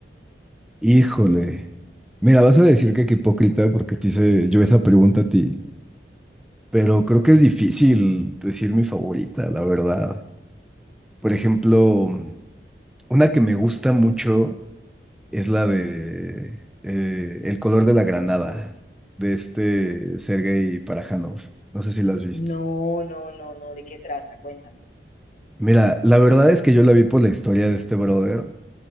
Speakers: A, in the centre; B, on the left.
A: Híjole. Mira, vas a decir que qué hipócrita porque te hice yo esa pregunta a ti, pero creo que es difícil decir mi favorita, la verdad. Por ejemplo, una que me gusta mucho es la de eh, El color de la granada, de este Sergei Parajanov. No sé si la has visto.
B: No, no, no, no, ¿de qué trata? Cuéntame.
A: Mira, la verdad es que yo la vi por la historia de este brother.